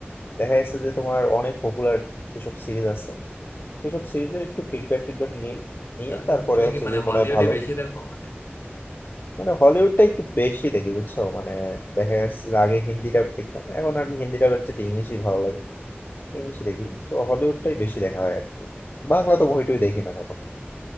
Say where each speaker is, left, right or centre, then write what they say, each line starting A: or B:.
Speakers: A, on the left (about 50°); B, on the left (about 75°).
A: দেখা যাচ্ছে যে তোমার অনেক পপুলার যেসব সিরিজ আছে সেসব সিরিজের একটু ফিডব্যাক টিডব্যাক নিই নিয়ে
B: তাহলে
A: তারপরে
B: তুমি
A: হচ্ছে
B: কি মানে
A: যদি
B: হলিউডে
A: মনে হয় ভালো
B: বেশি দেখো মানে?
A: মানে হলিউডটা একটু বেশি দেখি বুঝছো মানে দেখা যাচ্ছে যে আগে হিন্দি ডাব দেখতাম এখন আর কি হিন্দি ডাবের চেয়ে ইংলিশই ভালো লাগে ইংলিশই দেখি তো হলিউডটাই বেশি দেখা হয় আর কি। বাংলা তো মুভিটুই দেখি না এখন